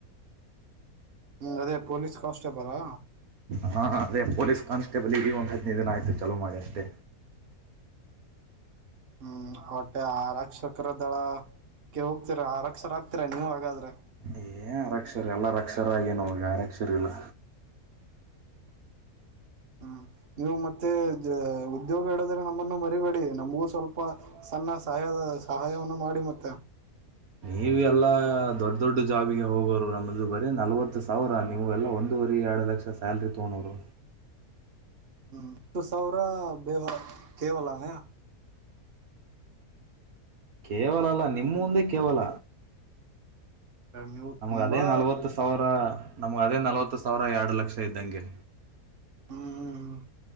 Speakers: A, on the right; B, on the right.
A: ಹ್ಮ ಅದೇ ಪೊಲೀಸ್ ಕಾನ್ಸ್ಟೇಬಲ್ ಆ
B: ಹಾ ಅದೇ ಪೊಲೀಸ್ ಕಾನ್ಸ್ಟೇಬಲ್ ಇಡೀ ಒಂದು ಹದಿನೈದ ದಿನ ಆಯ್ತು ಚಾಲೋ ಮಾಡಿ ಅಷ್ಟೇ
A: ಹ್ಮ್ ಹೊಟ್ಟೆ ಆರಕ್ಷಕರ ದಳಕ್ಕೆ ಹೋಗ್ತಿರ ಆರಕ್ಷರ ಆಗ್ತೀರ ನೀವ್ ಹಾಗಾದ್ರೆ
B: ಏ ಆರಕ್ಷರ ಎಲ್ಲರಕ್ಷರ ಆಗೇ ನೋಗೆ ಆರಕ್ಷರ ಇಲ್ಲ
A: ಹಾ ನೀವು ಮತ್ತೆ ಮತ್ತೆ ಉದ್ಯೋಗ ಹೇಳ್ರೆ ನಮ್ಮನ್ನು ಮರಿಬೇ ನಮ್ಮ ಸ್ವಲ್ಪ ಸಣ್ಣ ಸಹಾಯದ ಸಹಾಯವನ್ನು ಮಾಡ ಮತ್ತ
B: ನೀವು ಎಲ್ಲ ದೊಡ್ಡ ದೊಡ್ಡ ಜಾಬಿಗೆ ಹೋಗೋರು ನಮ್ಮದು ಬರ ನಲ್ವತ್ತು ಸಾವಿರ ನೀವೆಲ್ಲ ಒಂದೂವರೆ ಎರಡು ಲಕ್ಷ ಸ್ಯಾಲ್ರಿ ತಗೊಂಡೋರು.
A: ಹ್ಮ್ ಹತ್ತು ಸಾವಿರ ಬೇವ ಕೇವಲಾನೇ.
B: ಕೇವಲ ಅಲ್ಲಾ ರಿ ನಿಮ್ಮ ಮುಂದೆ ಕೇವಲ
A: ನೀವು
B: ನಮಗ
A: ತುಂಬಾ
B: ಅದೇ ನಲ್ವತ್ತು ಸಾವಿರ ನಮ್ಮ ಅದೇ ನಲವತ್ತು ಸಾವಿರ ಎರಡು ಲಕ್ಷ ಇದ್ದಂಗೆ.
A: ಹ್ಮ್